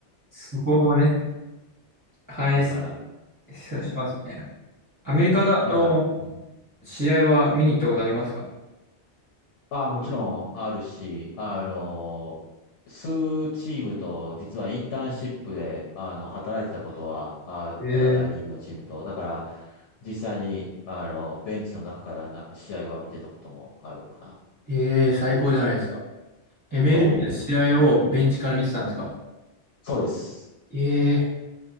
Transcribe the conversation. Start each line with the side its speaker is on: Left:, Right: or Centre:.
Right: そこもね、反映し、
Left: だから、
Right: ししますよね。
Left: そ
Right: アメリカだの
Left: う。うん、だから、うん。
Right: 試合は見に行ったことありますか
Left: ああ、もちろんあるし、あの、数チームと、実はインターンシップで、あの、働いてたことはあるから、
Right: え
Left: 大リーグのチームと。だから、実際に、あの、ベンチの中からな、試合は見てたこともあるかな。
Right: ー、えー、最高じゃないですか。MLB
Left: と、
Right: の試合をベンチから見てたんですか
Left: そうです。
Right: えー、